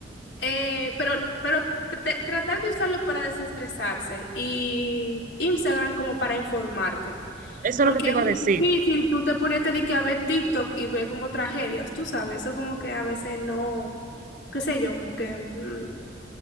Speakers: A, on the left; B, on the right.
A: Eh, pero, pero tr- tratar de usarlo para desestresarse y Instagram como para informarte.
B: Eso
A: Porque
B: es lo que te iba
A: es muy
B: a decir.
A: difícil tú te ponerte de que a ver TikTok y ver como tragedias, tú sabes, eso como que a veces no, qué sé yo, como que mm,